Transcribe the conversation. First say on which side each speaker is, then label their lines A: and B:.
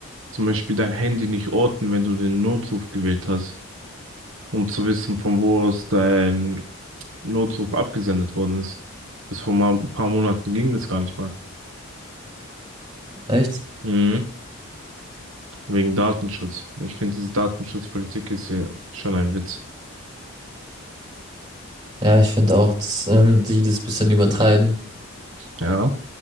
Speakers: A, on the right; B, on the right.
A: zum Beispiel dein Handy nicht orten, wenn du den Notruf gewählt hast. um zu wissen, von wo aus dein Notruf abgesendet worden ist. Bis vor ma- ein paar Monaten ging das gar nicht mal.
B: Echt?
A: Mhm. Wegen Datenschutz. Ich finde, diese Datenschutzpolitik ist hier schon ein Witz.
B: Ja, ich finde auch, dass, ähm, die das bisschen übertreiben.
A: Ja.